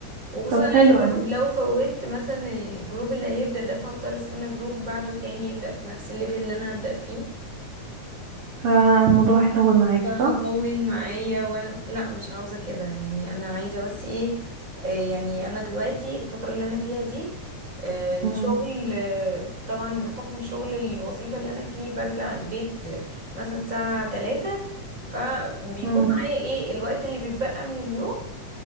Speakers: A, on the right; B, on the right.
A: وخصوصا
B: طب حلوة
A: يعني لو
B: دي
A: لو فوت مثلا الجروب اللي هيبدأ ده فهضطر استنى جروب بعده تاني يبدأ في نفس الليفل اللي انا هبدأ فيه
B: فالموضوع هيطول معاكي
A: فهطول
B: صح
A: معايا وانا لا مش عاوزة كده يعني انا عايزة بس ايه آه، يعني انا دلوقتي الفترة اللي انا فيها دي آه، الشغل
B: مم.
A: آه، طبعا بحكم شغل الوظيفة اللي انا فيه برجع البيت آه، مثلا الساعة 3 فبيكون
B: مم.
A: معايا ايه الوقت اللي بيتبقى من اليوم